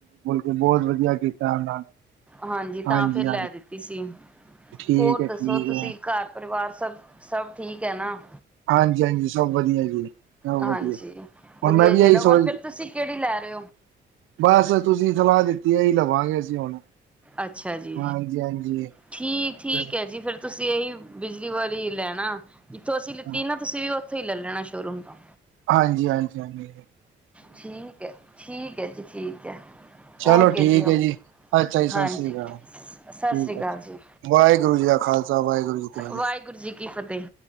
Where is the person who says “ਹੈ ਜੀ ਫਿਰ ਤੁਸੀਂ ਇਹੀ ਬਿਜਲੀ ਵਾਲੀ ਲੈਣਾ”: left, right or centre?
Centre